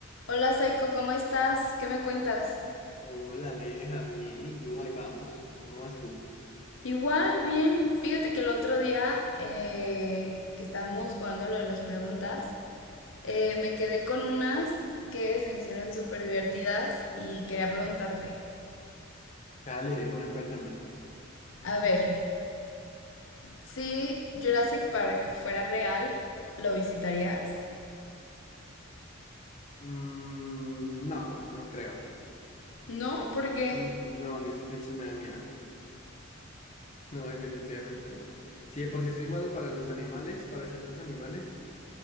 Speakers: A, on the left (about 65°); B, on the left (about 35°).
A: Hola Saiko, ¿cómo estás? ¿Qué me cuentas?
B: Hola, Aleja, bien. ¿Y tú? Ahí vamos. ¿Cómo vas tú?
A: Igual, bien. Fíjate que el otro día eh, que estábamos
B: Mm.
A: jugando lo de las preguntas, eh, me quedé con unas que se me hicieron súper divertidas y quería preguntarte.
B: Dale, de una, cuéntame.
A: A ver, si Jurassic Park fuera real, ¿lo visitarías?
B: Mm, no, no creo.
A: No, porque
B: Mm, no, a mí esos bichos me dan miedo. <laughs> No, definitivamente no. Si de por sí soy malo para los animales, para ciertos animales,